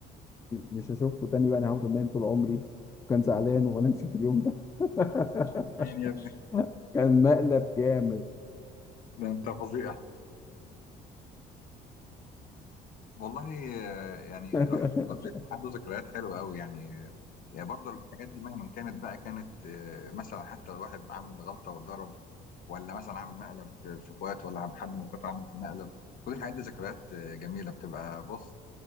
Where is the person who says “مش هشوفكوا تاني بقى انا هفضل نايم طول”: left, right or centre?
Left